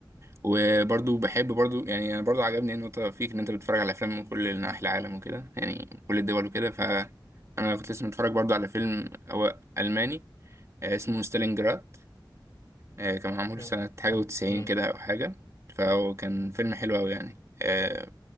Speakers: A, on the right; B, on the left.
A: وبرضو بحب برضو يعني انا برضو عجبني النقطه فيك ان انت بتتفرج على افلام من كل نواحي العالم وكده يعني من كل الدول وكده ف انا كنت لسه متفرج برضو على فيلم هو الماني آه، اسمه ستالينجراد آه، كان معمول
B: م-
A: سنه حاجه
B: م-
A: وتسعين
B: م.
A: كده او حاجه فهو كان فيلم حلو قوي يعني آه،